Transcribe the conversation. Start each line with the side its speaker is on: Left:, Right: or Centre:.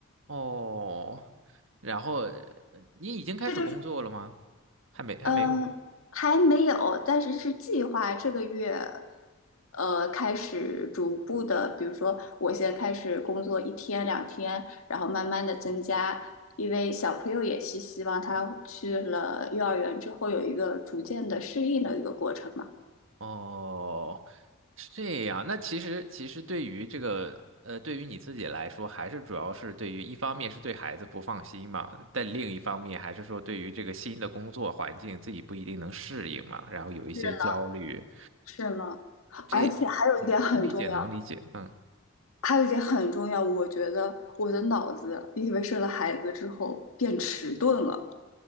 Right: 哦，然后呃你已经开始工作了吗？
Left: 这就是。
Right: 还没，还没有。
Left: 呃，还没有，但是是计划这个月，呃，开始逐步的，比如说我先开始工作一天两天，然后慢慢的增加，因为小朋友也是希望他去了幼儿园之后有一个逐渐的适应的一个过程嘛。
Right: 哦，是这样。那其实，其实对于这个，呃，对于你自己来说，还是主要是对于一方面是对孩子不放心嘛，但另一方面还是说对于这个新的工作环境自己不一定能适应嘛，然后有一些焦虑，
Left: 是是呢，
Right: 这嗯能理解，
Left: 而且还有一点很重要，
Right: 能理解，嗯。
Left: 还有一点很重要，我觉得我的脑子因为生了孩子之后变迟钝了，